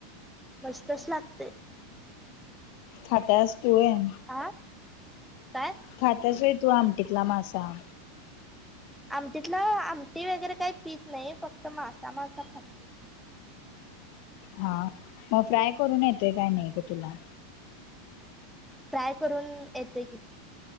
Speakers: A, in the centre; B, on the left.
A: मस्तस लागते
B: खातचतोन.
A: आ काय.
B: खातच आहे तू आमटीतला मासा.
A: आमटीतला आमटी वगैरे काही पीच नाही फक्त मासा मासा खात.
B: हा मग फ्राय करून येतोय काय नाही ग तुला.
A: फ्राय करून येते की